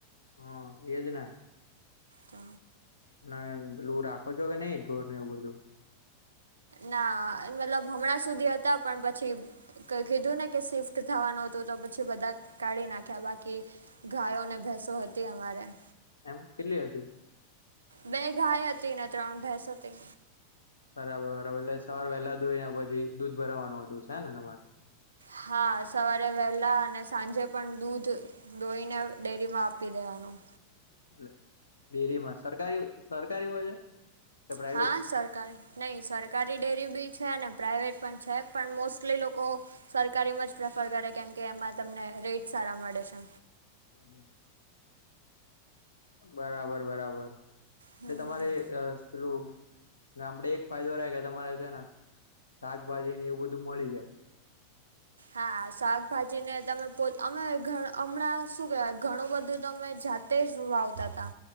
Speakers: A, on the left; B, on the right.
A: હમ એજ ને.
B: તો.
A: અને પેલું રાખો છો કે નહી ઢોર ને એવું બધું.
B: ના મતલબ હમણાં સુધી હતા પણ પછી. કીધું ને કે શિફ્ટ થવાનું હતું તો પછી બધા કાઢી નાખ્યા બાકી. ગાયો ને ભસો હતી અમારે.
A: એમ કેટલી હતી.
B: બે ગાય હતી ને ત્રણ ભેસ હતી.
A: બરાબરરાબર એટલે સવાર વહેલા દોઈ ને પછી દૂધ ભરાવાનું હતું છે હે ને તમારે.
B: હા સવારે વહેલા અને સાંજે પણ દૂધ. દોઈને ડેરીમાં આપી દેવાનું.
A: એ ડેરી માં સરકારી સરકારી હોય છે. કે પ્રાઈવેટ
B: હા સરકારી. નહીં સરકારી ડેરી બી છે અને પ્રાઇવેટ પણ છે પણ મોસ્ટલી લોકો. સરકાર એમાં જ પ્રેફર કરે કેમ કે એમાં તમને રેટ સારા મળે છે.
A: હમ હ બરાબર બરાબર. એટલે
B: હમ
A: તમારે પેલું. આપડે એક ફાયદો રહે કે તમારે છે ને શાકભાજી ને એવું બધું મળી જાય.
B: હા શાકભાજી ને તમે પો અમે હમણાં શું કેવા. ઘણું બધું તમે જાતે જ વાવતા હતા.